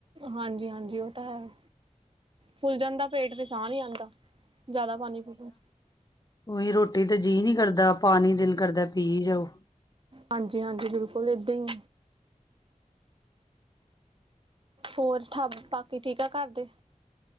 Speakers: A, on the right (about 40°); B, on the left (about 30°).
A: ਹਾਂਜੀ ਹਾਂਜੀ ਓ ਤਾ ਹੈ ਫੁੱਲ ਜਾਂਦਾ ਪੇਟ ਫੇਰ ਸਾਹ ਨੀ ਆਂਦਾ। ਜਾਦਾ ਪਾਨੀ ਪੀ-ਪੀ।
B: ਓਈ ਰੋਟੀ ਤੇ ਜੀਅ ਨੀ ਕਰਦਾ, ਪਾਨੀ ਦਿਲ ਕਰਦਾ ਪੀਅ ਜਾਓ।
A: ਹਾਂਜੀ-ਹਾਂਜੀ ਬਿਲਕੁਲ ਏਦਾਂ ਈ ਹੋਰ ਠਗ ਬਾਕੀ ਠੀਕ ਐ ਘਾਰ ਦੇ?